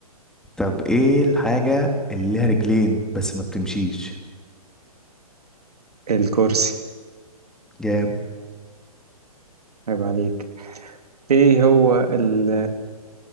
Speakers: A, in the centre; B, on the right.
A: طب ايه الحاجة اللي ليها رجلين بس ما بتمشيش
B: الكرسي
A: جامد
B: عيب عليك إيه هو ال...